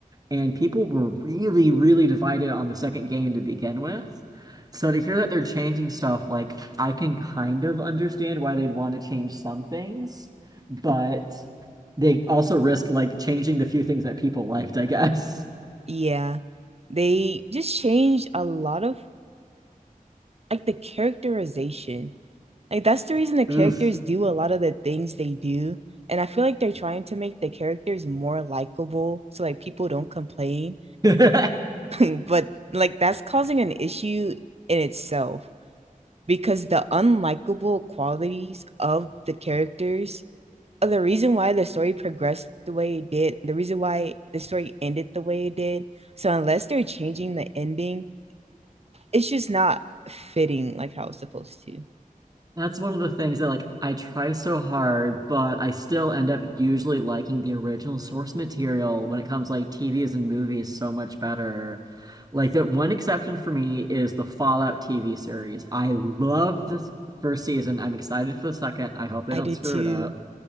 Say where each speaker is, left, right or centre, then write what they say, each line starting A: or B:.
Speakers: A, on the right (about 25°); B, on the right (about 45°).
A: and people were really, really divided on the second game to begin with. So to hear that they're changing stuff, like I can kind of understand why they'd want to change some things, but they also risk like changing the few things that people liked, I guess.
B: Yeah. They just changed a lot of like the characterization. Like that's the reason the characters
A: Oof.
B: do a lot of the things they do. And I feel like they're trying to make the characters more likable so like people don't complain.
A: <laughs>
B: <laughs> but like that's causing an issue in itself because the unlikable qualities of the characters are the reason why the story progressed the way it did, the reason why the story ended the way it did. So unless they're changing the ending, it's just not fitting like how it's supposed to.
A: That's one of the things that like I try so hard, but I still end up usually liking the original source material when it comes like TVs and movies so much better. Like that one exception for me is the Fallout TV series. I love this first season. I'm excited for the second. I hope they
B: I
A: don't
B: did
A: screw
B: too.
A: it up.